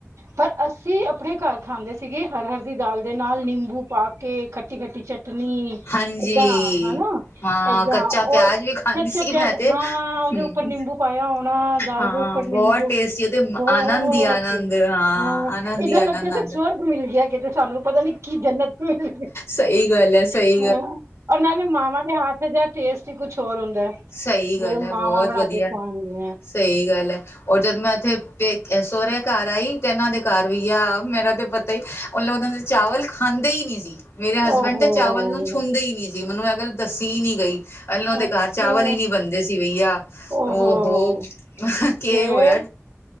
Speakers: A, on the right; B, on the left.
A: ਪਰ ਅਸੀਂ ਆਪਣੇ ਘਰ ਖਾਂਦੇ ਸੀਗੇ। ਹਰਹਰ ਦੀ ਦਾਲ ਦੇ ਨਾਲ ਨਾਲ ਨਿੰਬੂ ਪਾ ਕੇ ਖੱਟੀ- ਖੱਟੀ ਚਟ ਟਨੀ,
B: ਹਾਂਜੀ।
A: ਏਦਾਂ ਹਨਾ,
B: ਹਾਂ,
A: ਏਦਾਂ
B: ਕੱਚਾ ਪਿਆਜ
A: ਔਰ
B: ਵੀ ਖਾਂਦੀ
A: ਫੇਰ ਕੱਚਾ
B: ਸੀ
A: ਪਿਆਜ
B: ਮੈਂ ਤੇ,
A: ਹਾਂ ਔਦੇ
B: ਹੂੰ।
A: ਉੱਪਰ ਨਿੰਬੂ ਪਾਇਆ ਹੋਣਾ। ਦਾਲ
B: ਹਾਂ,
A: ਦੇ ਉੱਪਰ ਨਿੰਬੂ
B: ਬਹੁਤ ਟੇਸਟੀ ਤੇ
A: ਬਹੌ
B: ਆਨੰਦ ਹੀ ਆਨੰਦ,
A: ਔਤੇ, ਹਾਂ।
B: ਆਨੰਦ
A: ਏਦਾਂ
B: ਹੀ
A: ਲੱਗਦਾ
B: ਆਨੰਦ
A: ਸੀ
B: ਆਂਦਾ।
A: ਸਵਰਗ ਮਿਲ ਗਿਆ, ਕਿਤੇ। ਸਾਨੂੰ ਪਤਾ ਨੀ, ਕੀ ਜੰਨਤ ਮਿਲ
B: ਸਈ ਗੱਲ ਐ ਸਈ।
A: ਹੂੰ, ਔਰ ਨਾਲੇ, ਮਾਵਾਂ ਦੇ ਹੱਥ ਜੇਹਾ, ਟੇਸਟ ਹੀ ਕੁਛ ਹੋਰ ਹੁੰਦਾ ਏ।
B: ਸਹੀ ਗੱਲ
A: ਜੇਵੇ, ਮਾਵਾਂ
B: ਐ, ਬਹੁਤ
A: ਬਣਾ
B: ਵਧੀਆ।
A: ਕੇ ਖਵਾਣਗੇ।
B: ਸਹੀ ਗੱਲ ਹੈ, ਔਰ ਜਦ ਮੈਂ ਐਥੇੇ ਪੇ, ਸੋਰੇ ਘਰ ਆਈ ਤੇ, ਐਨਾਂ ਦੇ ਘਰ ਵਈਆ। ਮੇਰਾ ਤੇ ਪਤਾ ਈ ਔਥੇ, ਓਨਾਂ ਦੇ ਚਾਵਲ ਖਾਂਦੇ ਹੀ ਨੀ। ਮੇਰੇ ਹਸਬੈਂਡ
A: ਓਹੋ
B: ਤੇ, ਚਾਵਲ ਨੂੰ, ਛੂੰਦੇ ਹੀ ਨੀ ਸੀ, ਮੈਨੂੰ ਐਹ, ਗੱਲ ਦੱਸੀ ਨੀ ਗਈ। ਅਣਾਲੋ ਦੇ
A: ਅੱਛਾ
B: ਘਰ ਚਾਵਲ ਹੀ, ਨੀ ਬਣਦੇ ਸੀ, ਬਈਆ,
A: ਓਹੋ
B: ਓਹ ਹੋ। ਕੇ
A: ਫੇਰ
B: ਹੋਯਾ